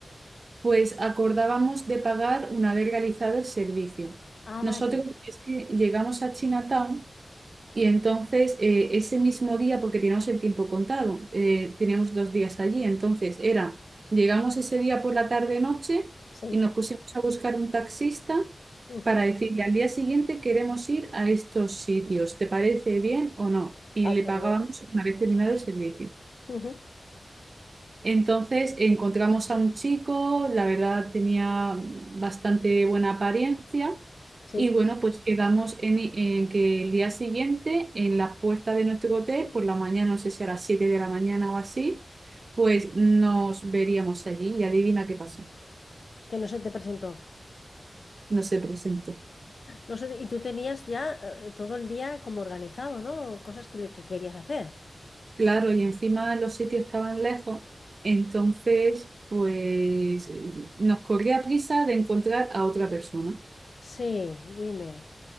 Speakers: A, on the right; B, on the left.
A: Pues acordábamos de pagar una vez realizado el servicio.
B: Ah,
A: Nosotros
B: vale,
A: es que llegamos a Chinatown. Y entonces, eh, ese mismo día, porque teníamos el tiempo contado, eh, teníamos dos días allí, entonces era, llegamos ese día por la tarde-noche
B: sí.
A: y nos pusimos a buscar un taxista
B: ujú.
A: para decirle al día siguiente queremos ir a estos sitios, ¿te parece bien o no? Y
B: Ah,
A: le
B: qué
A: pagábamos
B: bien.
A: una vez terminado el servicio.
B: ujú,
A: Entonces encontramos a un chico, la verdad tenía bastante buena apariencia
B: Sí,
A: y bueno, pues quedamos en, en que el día siguiente en la puerta de nuestro hotel, por la mañana, no sé si a las 7 de la mañana o así, pues nos veríamos allí y adivina qué pasó,
B: que no se te presentó.
A: no se presentó.
B: No sé, y tú tenías ya eh, todo el día como organizado, ¿no? Cosas que, le- que querías hacer.
A: Claro, y encima los sitios estaban lejos, entonces pues eh, nos corría prisa de encontrar a otra persona.
B: Sí, dime.